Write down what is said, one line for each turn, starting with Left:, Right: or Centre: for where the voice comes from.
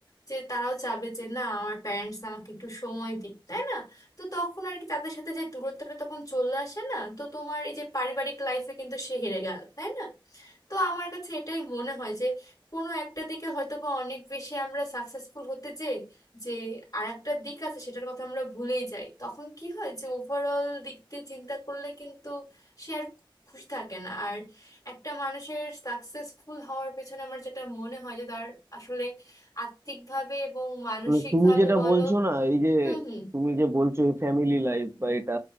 Left: যে তারাও চাবে যে না আমার প্যারেন্টস আমাকে একটু সময় দিক তাই না তো তখন আর কি তাদের সাথে যে দূরত্বটা তখন চলে আসে না তো তোমার এই যে পারিবারিক লাইফে কিন্তু সে হেরে গেল তাই না তো আমার কাছে এটাই মনে হয় যে কোনো একটা দিকে হয়তো বা অনেক বেশি আমরা সাকসেসফুল হতে চাই যে আর একটা দিক আছে সেটার কথা আমরা ভুলেই যাই তখন কি হয় যে ওভারঅল দিক দিয়ে চিন্তা করলে কিন্তু সে আর খুশি থাকে না আর একটা মানুষের সাকসেসফুল হওয়ার পেছনে আমার যেটা মনে হয় যে তার আসলে আত্মিকভাবে এবং মানসিকভাবে
Right: মানে তুমি যেটা
Left: বলো
Right: বলছো না এই যে
Left: হুম হুম
Right: তুমি যে বলছো এই ফ্যামিলি লাইফ বা এটা